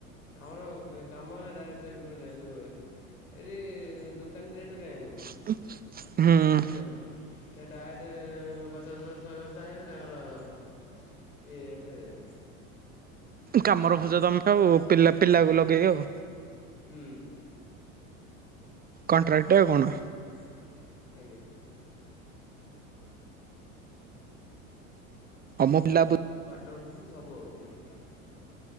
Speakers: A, on the left; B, on the right.
A: ଆମର କାମ ହେଲା ଡାଇରେକ୍ଟ ସେଇଠୁ ନେଇ ଆସିବୁ ଏଠୁ ଏଇଠି ଦୋକାନୀ ରେଟ୍ ରେ କାହିଁ ଆଣିବୁ?
B: <inaudible> ହୁଁ।
A: ବୁଝିଲେନା ତ ଡାରେକ୍ଟ ପଚାଶ ବସ୍ତା ଶହେ ବସ୍ତା ଆଇଁଲେ ତାଙ୍କର ଏଇ ରେଟ୍ ରେ ଦେବେ।
B: କାମ ରଖୁଚ଼ ତମେ ଆଉ ପିଲା ପିଲାକୁ ଲଗେଇ ଆଉ
A: ହୁଁ
B: କଣ୍ଟ୍ରାକ୍ଟ୍ରି ଆଉ କଣ?
A: ଆଜ୍ଞା।
B: ତମ ପିଲାପରି।
A: ୱାଟର ପୃଫିଙ୍ଗ୍ ସବୁ ହେଉଛି କାମ